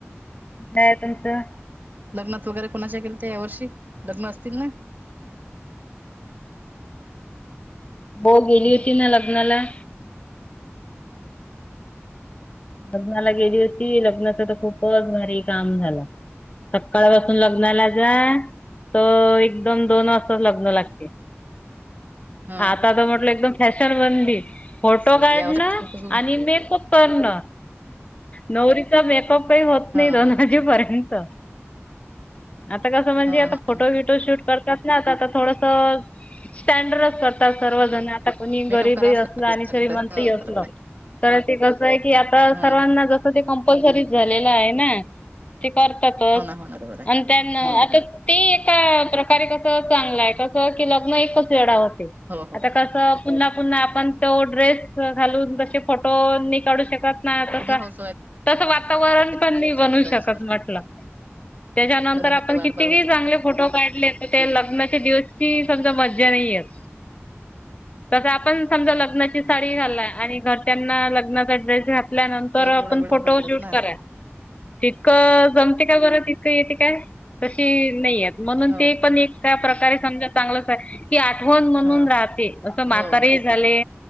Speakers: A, on the left; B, on the right.
A: काय आहे तुमचं?
B: लग्नात वगैरे कोणाच्या गेलत्या वर्षी लग्न असतील ना?
A: हो गेली होती न लग्नाला. लग्नाला गेली होती लग्नात आता खूपच भारी काम झाला. सक्काळ पाासून लग्नाला जा तर एक दोन दोन वाजताच लग्न लागते,
B: हा
A: आता तर म्हटलं एकदम फॅशन बनली फोटो
B: असं
A: काढणं
B: या वर्षी खूपच ऊन.
A: आणि मेकअप करणं नवरीचा मेकअप काही होत
B: हा
A: नाही दोन
B: हा
A: वाजेपर्यंत. आता कसं म्हणजे
B: हा
A: आता
B: हा
A: फोटो विटो शूट करतात ना आता तर थोडस स्टँडरच करतात सर्व जना. आता कोणी
B: मेकअप
A: गरीब
B: करावाच
A: ही असलं
B: लागते
A: आणि श्रीमंत
B: हा
A: ही असलं
B: बरोबर
A: तर ते कसं आहे की आता
B: हा
A: सर्वांना
B: हा
A: जसं ते कंपल्सरीच झालेलं आहे ना. ते करतातच
B: हो ना हो ना बरोबर आहे
A: आणि त्यांना
B: हम्म
A: आता
B: हम्म
A: ते एका प्रकारे कसं चांगलं आहे कसं की लग्न एकच वेळा होते
B: हो हो
A: आता कसं तर पुन्हा पुन्हा आपण तो ड्रेस घालून तशे फोटो नाही काढू शकत नाय तसा
B: पूर्ण हाऊस
A: तस वातावरण पण
B: वाईफ
A: नाही बनवू
B: मुलांची
A: शकत
B: पण
A: म्हटलं त्याच्यानंतर
B: लग्न
A: आपण
B: काय बार
A: किती
B: बार होते
A: काही चांगले फोटो काढले ते लग्नाच्या दिवस ची
B: चांगलं
A: समजा मज्जा
B: आहे.
A: नाही येत. तसं आपण समजा
B: हो
A: लग्नाची
B: हो
A: साडी घाललाय आणि घरच्यांना लग्नाचा ड्रेस घात ल्यानंतर
B: पहिले
A: आपण
B: एवढा वेळ
A: फोटो
B: नव्हता मिळत
A: शूट
B: ना
A: कराय तितकं जमते काय बरं तितकं येते काय तशी नाही येत म्हणून
B: हो
A: ते पण एक त्या प्रकारे समजा चांगलंच आहे की आठवण म्हणून
B: हा
A: राहते जसं म्हातारे
B: हो हो
A: झाले